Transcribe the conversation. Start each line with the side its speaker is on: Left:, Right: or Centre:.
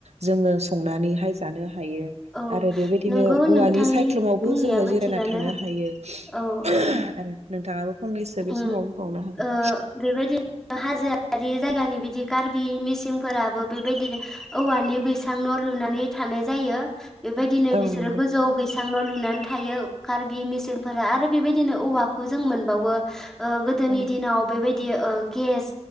Right: जोंङो संनानैहाय जानो हायो
Centre: औ
Right: आरो बेबायदिनो
Centre: नंगौ
Right: औवानि
Centre: नोंथांनि
Right: सायख्लुमावबो
Centre: बुंनायाबो
Right: जोंङो जिरायना
Centre: थिगानो
Right: थानो हायो
Centre: औ
Right: आरो
Centre: औ
Right: नोंथाङाबो फंनैसो बे
Centre: उम
Right: समाव बुंनो हागोन।
Centre: ओ बेबायदि हाजोआरि जायगानि बिदि कार्बि मिसिंफोराबो बेबायदि औवानि बैसां न' लुनानै थानाय जायो। बेबायदिनो
Right: औ
Centre: बिसोरो
Right: नंगौ
Centre: गोजौ बैसां न' लुनानै थायो कार्बि मिसिंफोरा आरो बेबायदिनो औवाखौ जों मोनबावो। ओ गोदोनि
Right: औ
Centre: दिनाव बेबाय दि ओ गेस